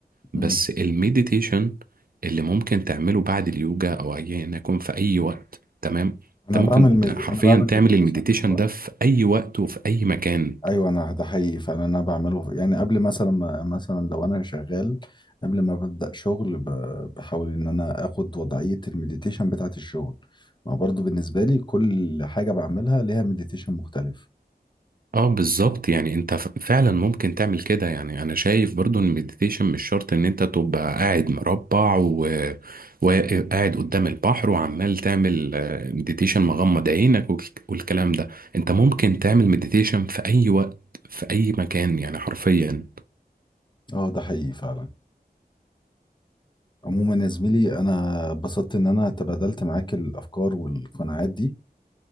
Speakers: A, on the right (about 60°); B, on the left (about 30°).
A: بس
B: امم
A: المديتيشن اللي ممكن تعمله بعد اليوجا او ايا يكن في اي وقت تمام انت
B: انا
A: ممكن
B: بعمل ميدي...
A: حرفيا
B: انا بعمل
A: تعمل
B: مديتيشن
A: المديتيشن
B: طول الوقت
A: ده في اي وقت وفي اي مكان
B: ايوه انا ده حقيقي فعلا انا بعمله يعني قبل مثلا ما مثلا لو انا شغال قبل ما ببدأ شغل ب- بحاول ان انا اخد وضعية المديتيشن بتاعت الشغل ما برضو بالنسبة لي كل حاجة بعملها ليها مديتيشن مختلف
A: اه بالظبط يعني انت ف- فعلا ممكن تعمل كده يعني انا شايف برضو ان المديتيشن مش شرط ان انت تبقى قاعد مربع و... وقاعد قدام البحر وعمال تعمل آه، مديتيشن مغمض عينك والك- والكلام ده انت ممكن تعمل مديتيشن في اي وقت في اي مكان يعني حرفيا
B: اه ده حقيقي فعلا عموما يا زميلي انا اتبسطت ان انا تبادلت معاك الافكار والقناعات دي